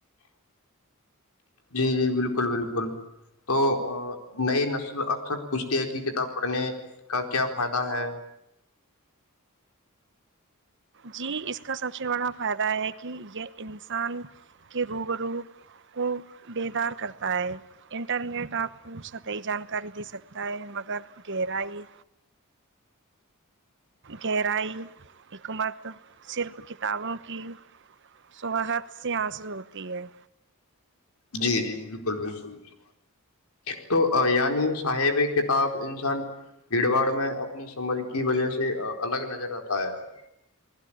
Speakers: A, on the left; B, on the right.
A: جی جی بالکل بالکل تو نئی نسل اکثر پوچھتی ہے کہ کتاب پڑھنے کا کیا فائدہ ہے
B: جی اس کا سب سے بڑا فائدہ ہے کہ یہ انسان کے روبرو کو بیدار کرتا ہے انٹرنیٹ آپ کو سطحی جانکاری دے سکتا ہے مگر گہرائی گہرائی حکمت صرف کتابوں کی صوحت سے حاصل ہوتی ہے
A: جی جی بالکل بالکل تو یعنی صاحب کتاب انسان بھیڑ باڑ میں اپنی سمجھ کی وجہ سے الگ نظر آتا ہے